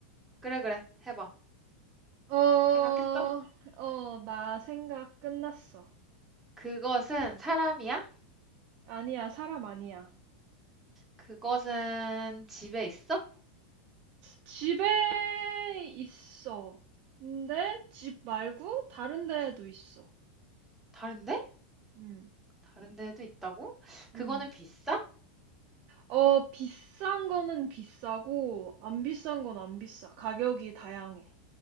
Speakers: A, in the centre; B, on the right (about 30°).
A: 그래, 그래. 해봐.
B: 어,
A: 생각했어?
B: 어, 나 생각 끝났어.
A: 그것은 사람이야?
B: 아니야, 사람 아니야.
A: 그것은 집에 있어?
B: 집에 있어. 근데 집 말고 다른 데에도 있어.
A: 다른데?
B: 응,
A: 다른 데도 있다고? 그거는
B: 응.
A: 비싸?
B: 어, 비싼 거는 비싸고, 안 비싼 건 안 비싸. 가격이 다양해.